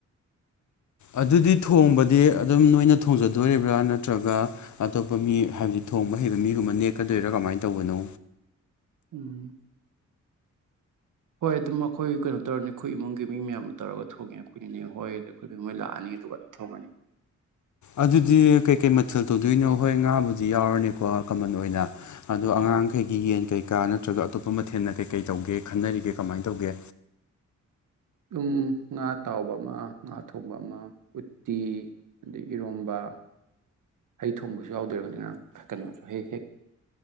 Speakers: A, on the left; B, on the right.
A: ꯑꯗꯨꯗꯤ ꯊꯣꯡꯕꯗꯤ ꯑꯗꯨꯝ ꯅꯣꯏꯅ ꯊꯣꯡꯖꯗꯣꯔꯤꯕ꯭ꯔꯥ ꯅꯠꯇ꯭ꯔꯒ ꯑꯇꯣꯞꯄ ꯃꯤ ꯍꯥꯏꯕꯗꯤ ꯊꯣꯡꯕ ꯍꯩꯕ ꯃꯤꯒꯨꯝꯕ ꯅꯦꯛꯀꯗꯣꯏꯔꯥ ꯀꯃꯥꯏꯅ ꯇꯧꯕꯅꯣ
B: ꯎꯝ ꯍꯣꯏ ꯑꯗꯨꯝ ꯑꯩꯈꯣꯏ ꯀꯩꯅꯣ ꯇꯧꯔꯅꯤ ꯑꯩꯈꯣꯏ ꯏꯃꯨꯡꯒꯤ ꯃꯤ ꯃꯌꯥꯝ ꯇꯧꯔꯒ ꯊꯣꯡꯉꯦ ꯑꯩꯈꯣꯏ ꯅꯦꯅꯦ ꯍꯣꯏ ꯑꯗꯨꯝ ꯑꯈꯣꯏ ꯅꯦ ꯍꯣꯏ ꯂꯥꯛꯑꯅꯤ ꯑꯗꯨꯒ ꯊꯣꯡꯉꯦ
A: ꯑꯗꯨꯗꯤ ꯀꯩꯀꯩ ꯃꯊꯦꯜ ꯇꯧꯗꯣꯏꯅꯣ ꯍꯣꯏ ꯉꯥꯕꯨꯗꯤ ꯌꯥꯎꯔꯅꯤꯀꯣ ꯀꯃꯟ ꯑꯣꯏꯅ ꯑꯗꯣ ꯑꯉꯥꯡꯈꯩꯒꯤ ꯌꯦꯟ ꯀꯩꯀꯥ ꯅꯠꯇ꯭ꯔꯒ ꯑꯇꯣꯞꯄ ꯃꯊꯦꯜꯅ ꯀꯩꯀꯩ ꯇꯧꯒꯦ ꯈꯟꯅꯔꯤꯒꯦ ꯀꯃꯥꯏꯅ ꯇꯧꯒꯦ
B: ꯑꯗꯨꯝ ꯉꯥ ꯇꯥꯎꯕ ꯑꯃ ꯉꯥ ꯊꯣꯡꯕ ꯑꯃ ꯎꯠꯇꯤ ꯑꯗꯩ ꯏꯔꯣꯝꯕ ꯍꯩ ꯊꯣꯡꯕꯁꯨ ꯌꯥꯎꯗꯣꯏꯑꯣꯏꯔꯝꯅꯤ ꯉꯔꯥꯡ ꯀꯩꯅꯣꯁꯨ ꯍꯦꯛ ꯍꯦꯛ